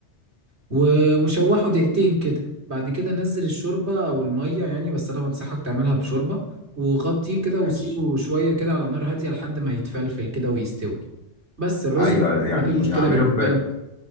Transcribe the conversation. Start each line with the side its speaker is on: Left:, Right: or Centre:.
Right: و... وشوحه دقيقتين كده بعد كده نزل الشوربة أو المية يعني بس أنا بنصحك تعملها بشوربة وغطيه كده وسيبه
Left: ماشي
Right: شوية كده على نار هادية لحد ما يتفلفل كده ويستوي بس الرز
Left: ايوه
Right: ده
Left: يعني
Right: لا فيه مشكلة
Left: اعمله
Right: بالنسبة
Left: ب
Right: لك